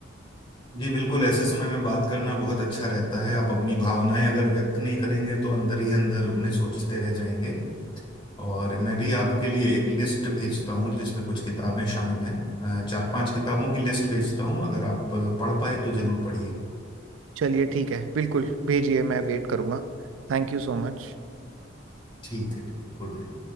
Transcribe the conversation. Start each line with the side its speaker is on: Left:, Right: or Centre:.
Left: जी बिल्कुल ऐसे समय में बात करना बहुत अच्छा रहता है आप अपनी भावनाएं अगर व्यक्त नहीं करेंगे तो अंदर ही अंदर उन्हें सोचते रह जाएंगे और मैं भी आपके लिए एक लिस्ट भेजता हूँ जिसमें कुछ किताबें शामिल हैं अ, चार पांच किताबों की लिस्ट भेजता हूँ अगर आप पढ़ पाए तो जरूर पढ़िए
Right: चलिए ठीक है बिल्कुल भेजिए मैं वेट करूंगा Thank you so much
Left: ठीक है Good night